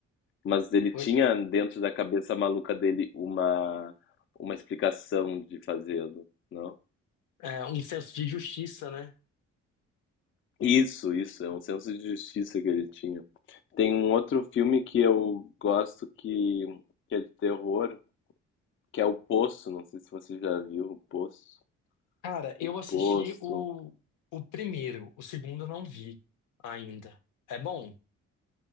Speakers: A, on the left; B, on the left.
A: Mas ele
B: Foi,
A: tinha dentro da cabeça maluca dele uma, uma explicação de fazê-lo, não?
B: é, um senso de justiça, né?
A: Isso, isso, é um senso de justiça que ele tinha. Tem um outro filme que eu gosto que, que é de terror, Que é o Poço, não sei se você já viu o Poço.
B: Cara,
A: O
B: eu assisti
A: Poço.
B: o, o primeiro, o segundo eu não vi ainda. É bom?